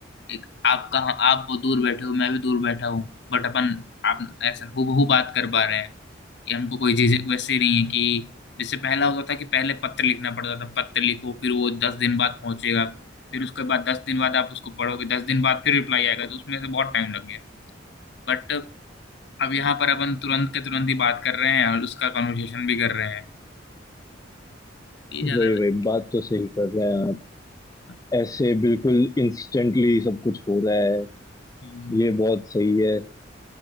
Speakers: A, on the left; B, on the left.
A: एक आप कहाँ आप वो दूर बैठे हो मैं भी दूर बैठा हूँ बट अपन आप ऐसा हूबहू बात कर पा रहे हैं कि हमको कोई चीज वैसे नहीं है कि जैसे पहला होता था कि पहले पत्र लिखना पड़ता था पत्र लिखो फिर वो दस दिन बाद पहुंचेगा फिर उसके बाद दस दिन बाद आप उसको पढ़ोगे दस दिन बाद फिर रिप्लाई आएगा तो उसमें से बहुत टाइम लग गया बट अब यहाँ पर अपन तुरंत के तुरंत ही बात कर रहे हैं और उसका कन्वर्सेशन भी कर रहे हैं ये ज्यादा
B: वही
A: बेहतर
B: वही बात तो सही कर रहे हैं आप
A: है।
B: ऐसे बिल्कुल इंस्टेंटली सब कुछ हो रहा है
A: हम्म
B: ये बहुत सही है